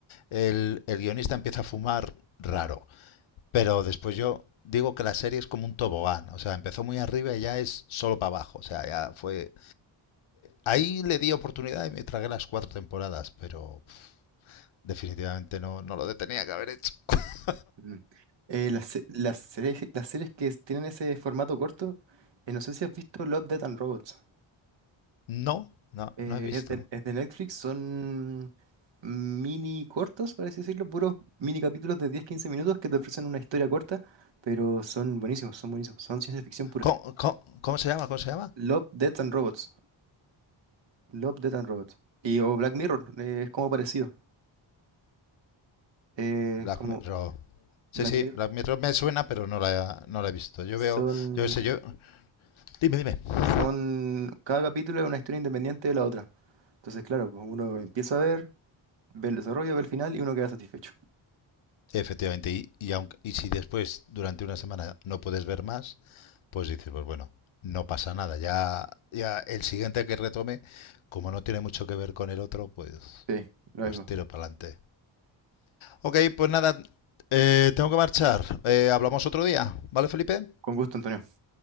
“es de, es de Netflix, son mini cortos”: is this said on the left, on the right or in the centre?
Right